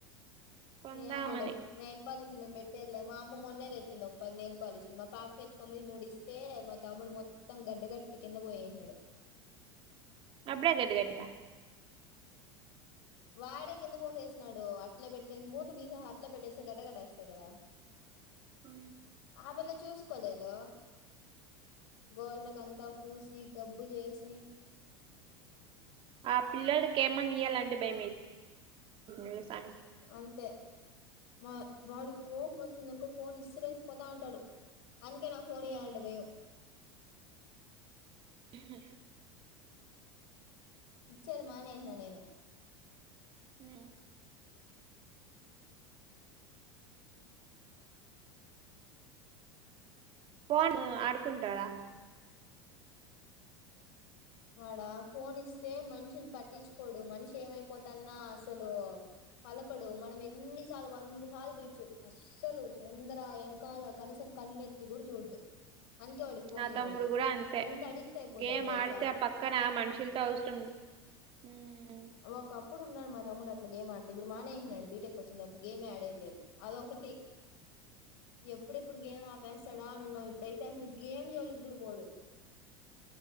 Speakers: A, on the right; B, on the left.
A: కొందామని
B: ఏమోలే నెల్ పాలిష్ నేను పెట్టేళ్లే మా అమ్మ మొన్నది తెచ్చింది ఓ పది నెల్ పాలిష్లు మా పాప ఎత్తుకొది మూడిస్ అయితే మా తమ్ముడు మొత్తం గడ్డ గట్టి కింద పోయేసినాడు
A: అప్పుడే గడ్డ కట్టిందా
B: వాడే కింద పోసేసినాడు అట్ల పెట్టేసి మూత తీసేసి అట్లా పెట్టేస్తే గడ్డకట్టేస్తాయి కదా
A: ఉ
B: ఆ పిల్ల చూసుకోలేదు గోళ్ళకంతా పూసి గబ్బు చేసి
A: ఆ పిల్లడికి ఏమన్నా ఇయ్యాలంటే భయమయింది తెలుసా
B: అంతే మా వాడికి కోపం వచ్చిందనుకో ఫోన్ ఇస్తురేసి పోతా ఉంటాడు అందుకే నాకు ఫోన్
A: ఉమ్
B: ఇయాలంటే భయం
A: ఇహా
B: ఇచ్చేది మానేసినా నేను
A: హు ఫోన్ ఆడుకుంటారా
B: వాడ ఫోన్ ఇస్తే మనుషులు పట్టించుకోడు మనిషి ఏమైపోతన్నా అసలు పలకడు మనం ఎన్నిసార్లు వంద సార్లు పిలుచు అస్ అస్సలు ముందర ఎనకాల కనీసం కన్నెత్తి గూడ చూడ్డు అందుకే వాడికి ఫోన్
A: నా
B: ఇవ్వకూడదు
A: తమ్ముడు కూడా అంతే
B: అంత అడిక్ట్ అయిపోతాడు
A: గేమ్
B: తెల్సా
A: ఆడితే పక్కన మనుషులతో అవసరం ఉ
B: ఒకప్పుడు ఉన్నాడు మా తమ్ముడు అట్లా గేమ్ ఆడితే ఇప్పుడు మానేసినాడు బీటెక్ కొచ్చినా తర్వాత గేమే ఆడేది లేదు అదొకటి ఎప్పుడెప్పుడు గేమ్ ఆపేస్తాడా అని ఉన్నావు ఇప్పుడైతే అసలు గేమ్ జోలికి కూడా పోడు